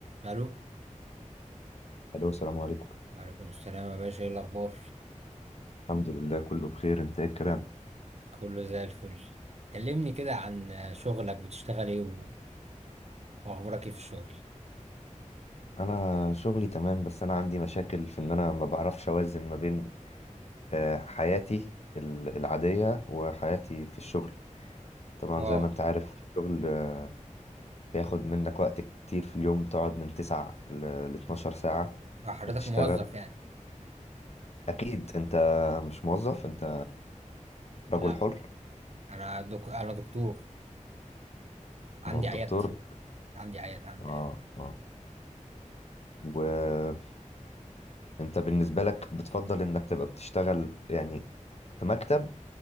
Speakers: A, on the right (about 55°); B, on the left (about 55°).
A: الو
B: الو السلام عليكم
A: وعليكم السلام يا باشا ايه الاخبار
B: الحمد لله كله بخير انت ايه الكلام
A: كله زي الفل كلمني كده عن شغلك بتشتغل ايه و- واخبارك ايه في الشغل
B: انا شغلي تمام بس انا عندي مشاكل في ان انا ما بعرفش اوازن ما بين آه، حياتي ال- العادية وحياتي في الشغل طبعا
A: اه
B: زي ما انت عارف الشغل آه، بياخد منك وقت كتير في اليوم بتقعد من 9 ل 12 ساعة
A: آه، حضرتك
B: بتشتغل
A: موظف يعني
B: اكيد انت مش موظف انت رجل
A: لا
B: حر
A: انا دك... انا دكتور عندي
B: ما هو الدكتور
A: عيادتي عندي عيادة عندي
B: اه
A: عيادة
B: اه وانت بالنسبة لك بتفضل انك تبقى بتشتغل يعني في مكتب